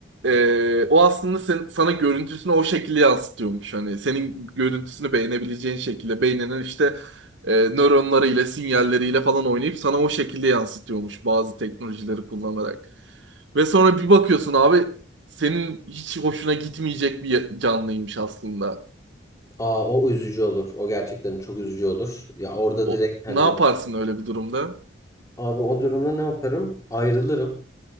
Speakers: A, on the right (about 70°); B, on the left (about 15°).
A: e, o aslında sen, sana görüntüsünü o şekilde yansıtıyormuş. Hani senin görüntüsünü beğenebileceğin şekilde beyninin işte e, nöronlarıyla sinyalleriyle falan oynayıp sana o şekilde yansıtıyormuş bazı teknolojileri kullanarak. Ve sonra bir bakıyorsun abi senin hiç hoşuna gitmeyecek bir canlıymış aslında.
B: Aa o üzücü olur. O gerçekten çok üzücü olur. Ya orada
A: O,
B: direkt hani
A: ne yaparsın öyle bir durumda?
B: abi o durumda ne yaparım? Ayrılırım.